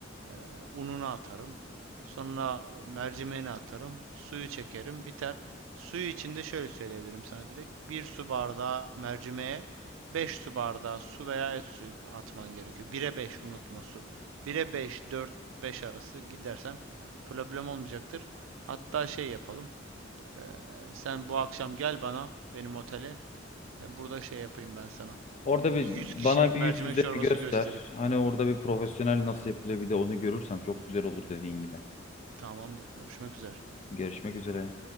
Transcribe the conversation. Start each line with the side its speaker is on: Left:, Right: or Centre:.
Right: Eee, ununu atarım. Sonra mercimeğini atarım. Suyu çekerim. Biter. Suyu içinde şöyle söyleyebilirim sana direkt. Bir su bardağı mercimeğe 5 su bardağı su veya et suyu atman gerekiyor. Bire beş unutma su. Bire beş 4 5 arası gidersen problem olmayacaktır. Hatta şey yapalım. Eee, sen bu akşam gel bana benim otele. E, burada şey yapayım ben sana.
Left: Orada
Right: E,
Left: bir
Right: bir 100
Left: bana
Right: kişilik
Left: bir
Right: mercimek
Left: yüz yüze
Right: çorbası
Left: bir göster.
Right: göstereyim.
Left: Hani orada bir profesyonel nasıl yapılıyor bir de onu görürsem çok güzel olur dediğin gibi.
Right: Tamamdır. Görüşmek üzere.
Left: Görüşmek üzere.